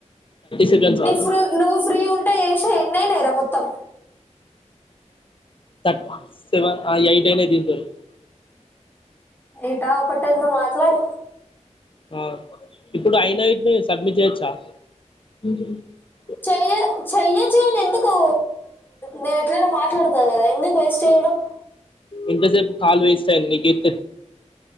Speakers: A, on the left; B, on the left.
A: సెకండ్స్
B: నివ్
A: ఆగు
B: ఫ్రీ నువ్వు ఫ్రీ ఉం ట్ట చేశావ్ ఎన్నైనార మొత్తం
A: తట్ సెవన్ అ ఎయిట్ అయినాయ్ దీన్తోని
B: ఏట్ టా ఒక టెన్ మాట్లాడు
A: ఆ ఇప్పుడు అయినాయ్ ఇప్పుడే సబ్మిట్ చేయచ్చా <unintelligible>
B: చెయ్య చెయ్యొచ్చు కానెందుకూ నేనెట్లైనా మాట్లాడతా కదా ఎందుకు వేస్ట్ చేయడం
A: ఇంత సేపు కాల్ వేష్టైంది నీకేమ్